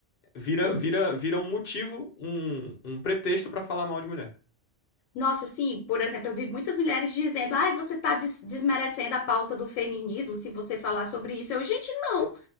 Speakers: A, on the left; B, on the left.
A: Vira,
B: sim.
A: vira, vira um motivo, um, um pretexto pra falar mal de mulher.
B: Nossa, sim, por exemplo, eu vi muitas mulheres dizendo: ai, você está desmerecendo a pauta do feminismo se você falar sobre isso. Eu, gente, não.